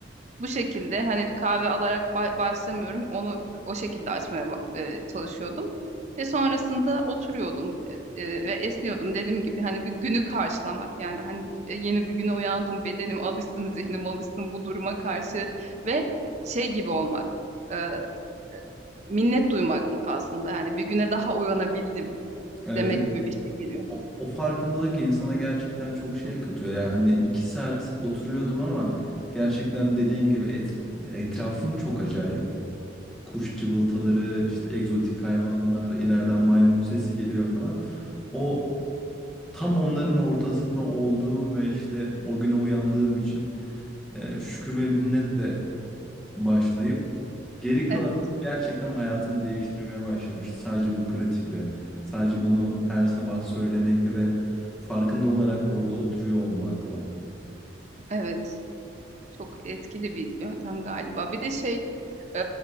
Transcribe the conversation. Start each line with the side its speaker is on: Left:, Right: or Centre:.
Right: Bu şekilde hani kahve alarak ba- başlamıyorum. Onu o şekilde açmaya ba- e, çalışıyordum. Ve sonrasında oturuyordum e, e, ve esniyordum. Dediğim gibi hani bir günü karşılamak yani hani e, yeni bir güne uyandım bedenim alışsın zihnim alışsın bu duruma karşı ve şey gibi olmak e, e, minnet duymak aslında yani bir güne daha uyanabildim
Centre: Evet,
Right: demek
Centre: evet.
Right: gibi bir şey geliyor.
Centre: O o farkındalık insana gerçekten çok şey katıyor. Yani hani iki saat oturuyordum ama gerçekten dediğin gibi etra- etrafım çok acayip. Kuş cıvıltaları, işte egzotik hayvanlar, ileriden maymun sesi geliyor falan. O Tam onların ortasında olduğum ve işte o güne uyandığım için e, şükür ve minnetle başlayıp geri kalan
Right: Evet,
Centre: gerçekten hayatımı değiştirmeye başlamıştı. Sadece bu pratikle, sadece bunu her sabah söylemekle ve farkında olarak orada oturuyor olmakla.
Right: evet. Çok etkili bir yöntem galiba. Bir de şey, e,